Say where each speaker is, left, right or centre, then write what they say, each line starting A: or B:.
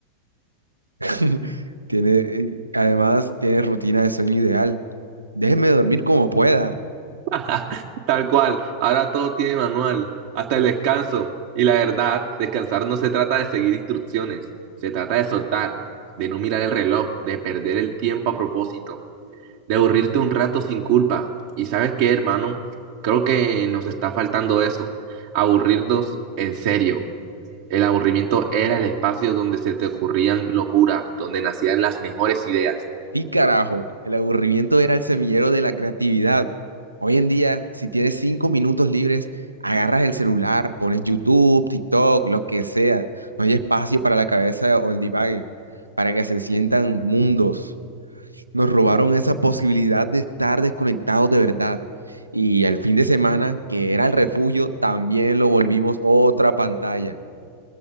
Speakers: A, on the right; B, on the right.
A: <laughs> tiene, eh, además tiene rutina de sueño ideal. Déjeme dormir como pueda.
B: <laughs> Tal cual, ahora todo tiene manual, hasta el descanso. Y la verdad, descansar no se trata de seguir instrucciones, se trata de soltar, de no mirar el reloj, de perder el tiempo a propósito, de aburrirte un rato sin culpa. ¿Y sabes qué, hermano? Creo que nos está faltando eso, aburrirnos en serio. El aburrimiento era el espacio donde se te ocurrían locuras, donde nacían las mejores ideas.
A: Sí, carajo, el aburrimiento era el semillero de la creatividad. Hoy en día, si tienes cinco minutos libres, agarras el celular, pones YouTube, TikTok, lo que sea. No hay espacio para la cabeza o el divague, para que se sientan mundos. Nos robaron esa posibilidad de estar desconectados de verdad. Y el fin de semana, que era el refugio, también lo volvimos otra pantalla.